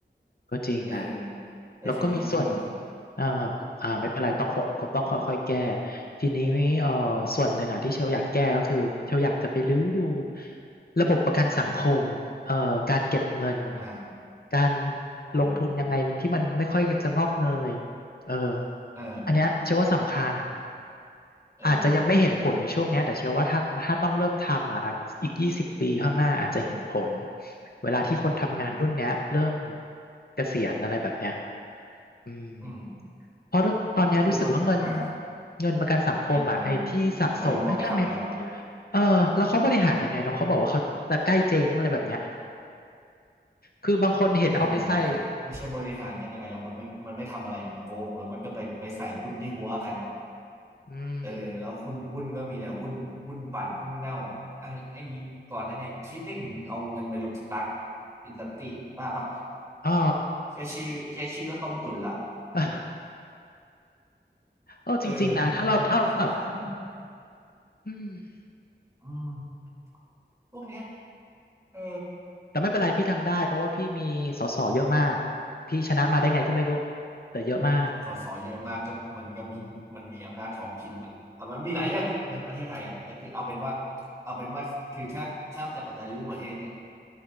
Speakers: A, on the left; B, on the right.
A: ก็จริงนะ
B: เออแต่ทีนี้เราไม่มี
A: แล้วก็มีส่วนอ่าอ่าไม่เป็นไรต้องคงต้องค่อยๆ
B: อืม
A: แก้ ทีนี้เอ่อส่วนหนึ่งอ่ะที่เชลอยากแก้ก็คือ เชลอยากจะไปรื้อดูระบบประกันสังคมเอ่อการเก็บเงิน
B: อ่า
A: การ
B: อ่า
A: ลงทุนยังไงที่มันไม่ค่อยจะงอกเงยเออ
B: เออ
A: อันเนี้ยเชลว่าสำคัญ
B: เออ
A: อาจจะยังไม่เห็นผลในช่วงเนี้ยแต่เชื่อว่าถ้าถ้าต้องเริ่มทำอ่ะอาจอีกยี่สิบปีข้างหน้าอาจจะเห็นผลเวลาที่คนทำงานรุ่นเนี้ยเริ่ม
B: อืม
A: เกษียณอะไรแบบเนี้ยอืม
B: อืม
A: เพราะตอนเนี้ยรู้สึกว่าเงิน
B: คือปะอ่ะ
A: เงินประกันสังคมอ่ะไอ้ที่สะสมไอ้ทำาไม่
B: เงินมันไม่รู้เอาไปทำอะไรก็ไม่รู้
A: เออแล้วเขาบริหารยังไงเนาะเขาบอกว่าเขาจะใกล้เจ๊งอะไรแบบเนี้ยคือบางคนเห็นเอาไปใส่
B: ก็โกงกันไงไม่ใช่บริหารกันยังไงหรอกมันไม่มันไม่ทำอะไรเลยมันโกงแล้วมันก็ไปไปใส่หุ้นที่หัวกัน
A: อืม
B: เออแล้วหุ้นหุ้นก็มีแต่หุ้นหุ้นปั่นหุ้นเน่าอ่ะไอ้ก่อนหนั้นเนี่ยคิดได้ไงมึงเอาเงินไปลงสตั๊กอินดัสตี้บ้าปะ
A: อ๋อ
B: แค่ชื่อแค่ชื่อก็ต้มตุ๋นละ
A: <laughs> เออจริงๆนะถ้าเราถ้าแบบ
B: เออมันหัวกัน
A: อืม
B: อืมพวกเนี้ยเออ
A: แต่ไม่เป็นไรพี่ทำได้เพราะว่าพี่มีสสเยอะมากพี่ชนะมาได้ไงก็ไม่รู้แต่เยอะมาก
B: สสเยอะมากก็มันก็มีมันมีอำนาจท้องถิ่นมันอ่ะมันมีหลายเรื่องอ่ะเมืองประเทศไทยอ่ะแต่คือเอาเป็นว่า
A: อืม
B: เอาเป็นว่าคือถ้าถ้าจะปฏิรูปประเทศเนี้ย